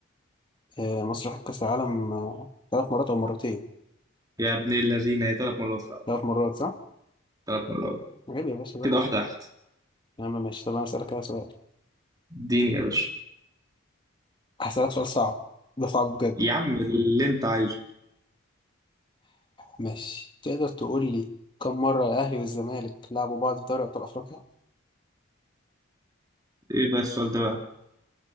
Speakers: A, on the left; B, on the right.
A: آه مصر راحت كاس العالم آه، ثلاث مرات او مرتين
B: يا ابن الذين هي ثلاث مرات فعلا
A: ثلاث مرات صح
B: ثلاث مرات
A: عيب يا باشا بقى
B: كده واحده واحده
A: يا عم ماشي طب انا اسالك كده سؤال
B: اديني يا باشا
A: هسألك سؤال صعب ده صعب بجد
B: يا عم اللي انت عايزه
A: ماشي تقدر تقول لي كم مرة الأهلي والزمالك لعبوا بعض في دوري أبطال أفريقيا؟
B: ايه بقى السؤال ده بقى